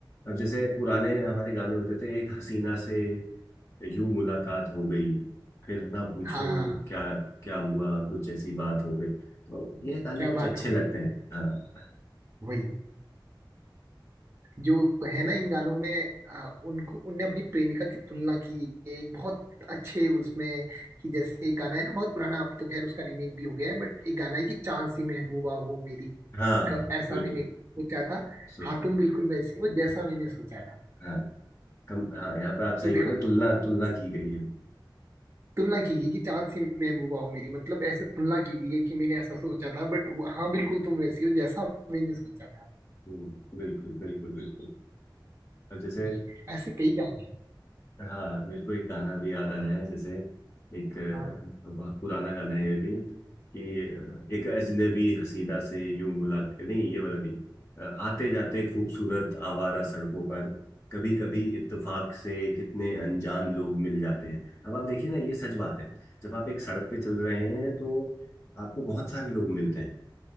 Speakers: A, on the left; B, on the right.
A: अब जैसे पुराने हमारे गाने होते थे एक हसीना से यूं मुलाकात हो गई फिर ना पूछो
B: हाँ हाँ
A: क्या क्या हुआ कुछ ऐसी बात हो गई तो ये गाने
B: क्या
A: कुछ
B: बात
A: अच्छे
B: हो
A: लगते
B: गई
A: हैं हाँ
B: वही जो है ना इन गानों में आ, उनको उनने अपनी प्रेमिका की तुलना की है एक बहुत अच्छे उसमें कि जैसे एक गाना है ना बहुत पुराना अब तो खैर उसका रीमेक भी हो गया है बट एक गाना है कि चांद सी महबूबा हो मेरी
A: हाँ
B: क-
A: हाँ
B: ऐसा
A: बिल्कुल
B: मैंने सोचा था
A: सोचा
B: हाँ तुम बिल्कुल वैसी हो जैसा मैंने सोचा था
A: हाँ कम हाँ यहाँ पे आप सही
B: तो देखो
A: बोल रहे हैं तुलना तुलना की गई है
B: तुलना की गई कि चांद सी महबूबा हो मेरी मतलब ऐसे तुलना की गई है कि मैंने ऐसा सोचा था बट हाँ बिल्कुल तुम वैसी हो जैसा मैंने सोचा था
A: हम्म, बिल्कुल बिल्कुल बिल्कुल और जैसे
B: ये ऐसे कई गाने हैं।
A: हाँ मेरे को एक गाना भी याद आ रहा है जैसे एक
B: हाँ
A: अ, बहुत पुराना गाना है ये भी कि अ, एक अजनबी हसीना से यूं मुलाकात नहीं ये वाला नहीं अ, आते जाते खूबसूरत आवारा सड़कों पर कभी कभी इत्तेफाक से कितने अनजान लोग मिल जाते हैं अब आप देखिए ना ये सच बात है जब आप एक सड़क पे चल रहे हैं तो आपको बहुत सारे लोग मिलते हैं